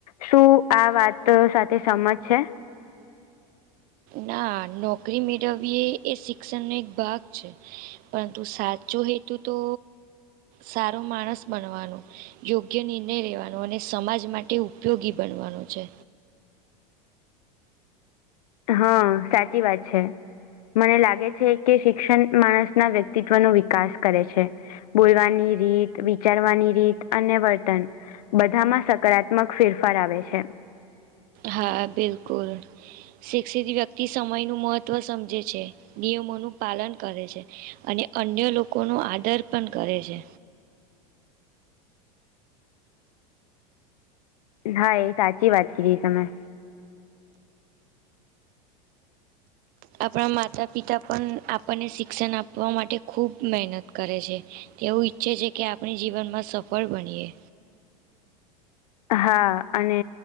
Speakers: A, on the left (about 75°); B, on the right (about 45°).
A: શું આ વાત સાથે સમજ છે.
B: ના નોકરી મેળવીએ એ શિક્ષણનો એક ભાગ છે. પરંતુ સાચો હેતુ તો સારો માણસ બનવાનો. યોગ્ય નિર્ણય લેવાનો અને સમાજ માટે ઉપયોગી બનવાનો છે.
A: હા સાચી વાત છે. મને લાગે છે કે શિક્ષણ માણસના વ્યક્તિત્વ ન વિકાસ કરે છે. બોલવાની રીત વિચારવાની રીત અને વર્તન. બધામાં સકારાત્મક ફેરફાર આવે છે.
B: હા બિલકુલ. શિક્ષિત વ્યક્તિ સમય નું મહત્વ સમજે છે નિયમોનું પાલન કરે છે. અને અન્ય લોકો નો આદર પણ કરે છે.
A: હા એ સાચી વાત કરી તમે.
B: આપણા માતા પિતા પણ આપણને શિક્ષણ આપવા માટે ખૂબ મહેનત કરે છે તે એવું ઈચ્છે છે કે આપણી જીવનમાં સફળ બનીયએ.
A: હા અને